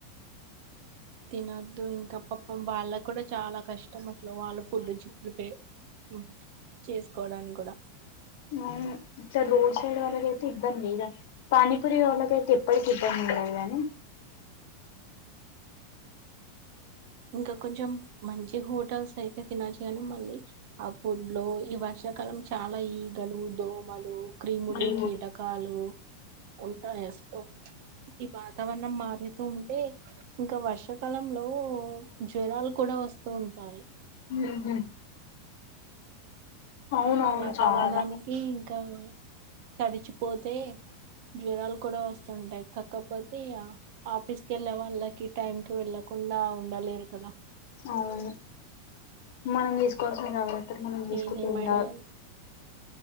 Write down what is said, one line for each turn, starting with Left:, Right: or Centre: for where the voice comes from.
Right: తినొద్దు ఇంకా పాపం వాళ్ళకి కూడా చాలా కష్టం అసలు వాళ్ళ ఫుడ్ చెడిపోయి ఉ చేసుకోవడానికి కూడా
Left: అవును ఇట్ట రోసాడు వాళ్లది అయితే ఇబ్బంది గా పానీ పూరి వాళ్లకి అయితే ఇప్పటికి ఇబ్బంది ఉండదు గానీ
Right: ఇంకా కొంచెం మంచి హోటల్స్ అయితే తినచ్చు కాని మళ్ళీ హౌ ఫుడ్ లో ఈ వర్షాకాలం చాలా ఈగలు దోమలు క్రీములు
Left: క్రీము
Right: కీటకాలు ఉంటాయి అసలు ఈ వాతావరణం మారుతూ ఉంటే ఇంకా వర్షాకాలంలో జ్వరాలు కూడా వస్తూ ఉంటాయి
Left: ఉహు అవునవును
Right: ఆ వాతావరణానికి
Left: చాలా
Right: ఇంకా తడిచిపోతే జ్వరాలు కూడా వస్తుంటాయి కాకపోతే ఆఫీస్ వెళ్ళ వాళ్ళకి టైమ్ కి వెళ్ళకుండా ఉండలేరు కదా
Left: అవును మనం తీసుకోవాల్సిన కావత్తలు మనం తీసుకుంటే
Right: ఏదేమైనా
Left: ఏం కాదు